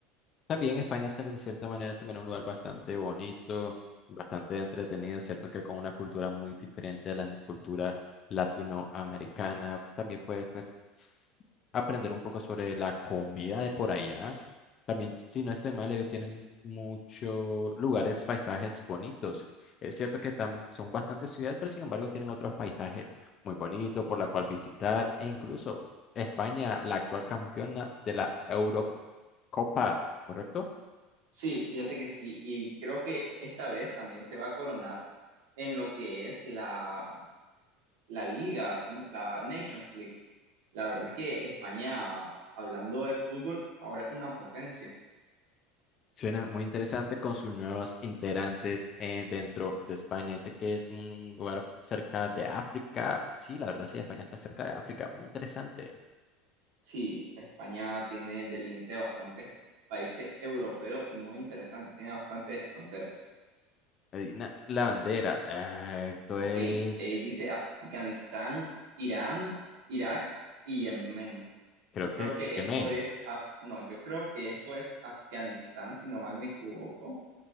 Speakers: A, on the left (about 30°); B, on the right (about 80°).
A: También España está de cierta manera se ve un lugar bastante bonito, bastante entretenido, cierto que con una cultura muy diferente a la cultura latinoamericana. También puedes pues, s- aprender un poco sobre la comida de por allá. También, si no estoy mal, ellos tienen muchos lugares, paisajes bonitos. Es cierto que tam- son bastantes ciudades, pero sin embargo tienen otros paisajes muy bonitos por la cual visitar e incluso España, la actual campeona de la Europa. Copa, ¿correcto?
B: Sí, fíjate que sí y creo que esta vez también se va a coronar en lo que es la, la liga, como- la Nations League. La verdad es que España, hablando de fútbol, ahora es una potencia.
A: Suena muy interesante con sus nuevos integrantes eh, dentro de España. Dice que es un lugar cerca de África. Sí, la verdad sí, España está cerca de África. Muy interesante.
B: Sí, España tiene de límite bastantes países europeos y muy interesantes, tiene bastantes fronteras.
A: Adivina la bandera. Ah, esto
B: Ok,
A: es,
B: eh, dice Afganistán, Irán, Irak y Yemen.
A: creo
B: Yo creo
A: que
B: que esto
A: Yemen,
B: es, Af- no, yo creo que esto es Afganistán, si no mal me equivoco.